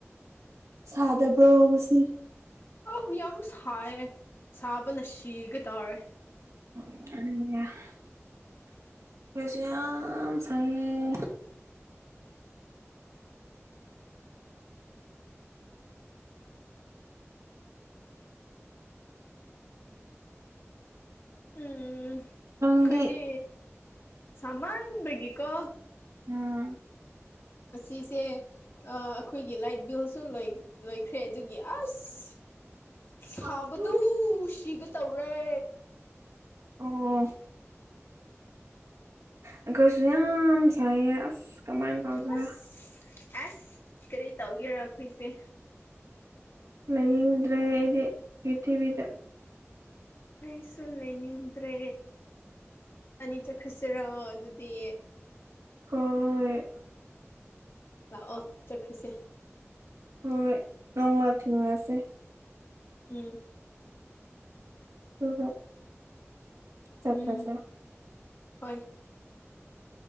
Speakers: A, on the right (about 80°); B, on the left (about 55°).
A: ꯁꯥꯗꯔꯕ꯭ꯔꯣ ꯉꯁꯤ
B: ꯑꯍ ꯌꯥꯝ ꯁꯥꯏ ꯁꯥꯕꯅ ꯁꯤꯒ ꯇꯥꯔꯦ
A: ꯑ <unintelligible> ꯑꯩꯈꯣꯏꯁꯨ ꯌꯥꯝ ꯁꯥꯢꯌꯦ <inaudible>
B: ꯎꯝ ꯎꯝ
A: ꯅꯪꯗꯤ
B: ꯑꯩꯈꯣꯏꯗꯤ ꯁꯃꯥꯟꯕꯒꯤꯀꯣ
A: ꯎꯝ
B: ꯉꯥꯁꯤꯁꯦ ꯑꯩꯈꯣꯏꯒꯤ ꯂꯥꯏꯠ ꯕꯤꯜꯁꯨ ꯂꯣꯏꯈ꯭ꯔꯦ ꯑꯗꯨꯒꯤ ꯑꯥꯁ
A: <unintelligible>
B: ꯁꯥꯕꯗꯨ
A: ꯑꯣ
B: ꯁꯤꯒꯇꯧꯔꯦ
A: ꯑꯣ ꯑꯩꯈꯣꯏꯁꯨ ꯌꯥꯝ ꯁꯥꯏꯌꯦ ꯑꯁ ꯀꯃꯥꯏꯅ ꯇꯧꯖꯔꯦ
B: ꯑꯁ ꯑꯁ ꯀꯔꯤ ꯇꯧꯒꯦꯔ ꯑꯩꯈꯣꯏꯁꯦ
A: ꯂꯩꯥꯏꯅꯤꯡꯗ꯭ꯔꯦ ꯑꯩꯗꯤ ꯄ꯭ꯔꯤꯊꯤꯕꯤꯗ
B: ꯑꯩꯁꯨ ꯂꯩꯅꯤꯡꯗ꯭ꯔꯦ ꯢꯕꯥꯟꯅꯤ ꯆꯠꯈ꯭ꯔꯁꯤꯔꯣ ꯑꯗꯨꯗꯤ
A: ꯍꯣꯏ
B: ꯂꯥꯛꯑꯣ ꯆꯠꯈ꯭ꯔꯤꯁꯦ
A: ꯍꯣꯏ ꯅꯣꯡꯃ ꯊꯦꯡꯅꯁꯦ
B: ꯎꯝ
A: ꯍ ꯍ <inaudible> ꯆꯠꯈ꯭ꯔꯁꯦ
B: ꯎꯝ ꯍꯣꯏ